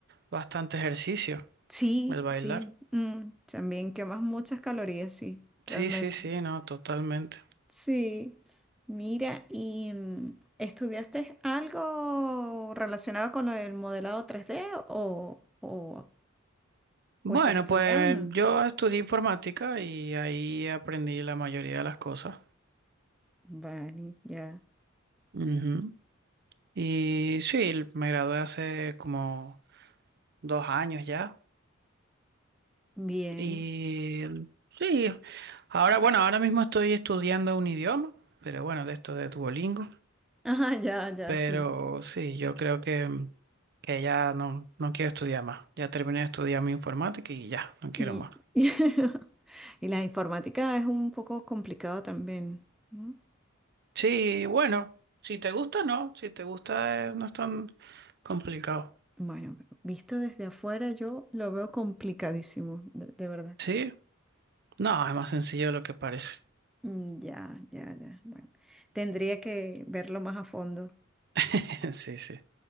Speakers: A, on the right; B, in the centre.
A: bastante ejercicio,
B: sí,
A: el bailar.
B: sí. mm, también quemas muchas calorías, sí, realmente.
A: Sí, sí, sí, no, totalmente.
B: Sí. Mira, ¿y mm, estudiaste algo relacionado con lo del modelado tres d o, o,
A: Bueno,
B: o estás estudiando?
A: pues yo estudié informática y ahí aprendí la mayoría de las cosas.
B: Vale, ya.
A: Ujú. Y sí, me gradué hace como dos años ya.
B: Bien.
A: Y sí, ahora, bueno, ahora mismo estoy estudiando un idioma, pero bueno, de esto de Duolingo.
B: <laughs> Ajá, ya, ya,
A: Pero
B: sí.
A: sí, yo creo que, que ya no, no quiero estudiar más. Ya terminé de estudiar mi informática y ya, no quiero
B: Y,
A: más.
B: <laughs> y la informática es un poco complicada también, ¿no?
A: Sí, bueno, si te gusta, no. Si te gusta, eh, no es tan complicado.
B: Bueno, pero visto desde afuera yo lo veo complicadísimo, de, de verdad.
A: Sí, no, es más sencillo de lo que parece.
B: Mm, Ya, ya, ya. Bueno, tendría que verlo más a fondo.
A: <laughs> Sí, sí.